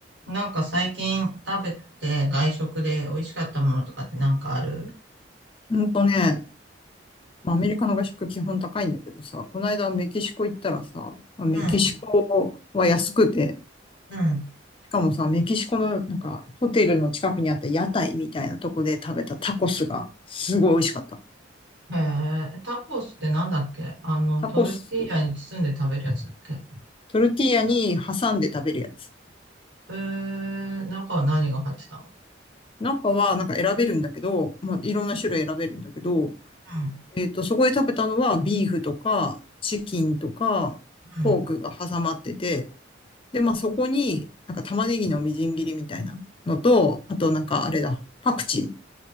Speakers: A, on the right; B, on the left.
A: なんか最近食べて外食で美味しかったものとかってなんかある
B: ほんとね、まあアメリカの外食基本高いんだけどさ、この間メキシコ行ったらさ、まあメキシコは安くて、
A: うん、うん。
B: しかもさ、メキシコのなんかホテルの近くにあった屋台みたいなとこで食べたタコスがすごい美味しかった。
A: へえ、タコスってなんだっけあの、
B: タコス、
A: トルティーヤに包んで食べるやつだっけ
B: トルティーヤに挟んで食べるやつ。
A: えー、中は何が入ってたの
B: 中はなんか選べるんだけど、まあいろんな種類選べるんだけど、
A: うん、
B: えっと、そこで食べたのはビーフとかチキンとかポークが挟まってて、
A: うん、
B: で、まあそこに、なんか玉ねぎのみじん切りみたいなのと、あとなんかあれだ、パクチ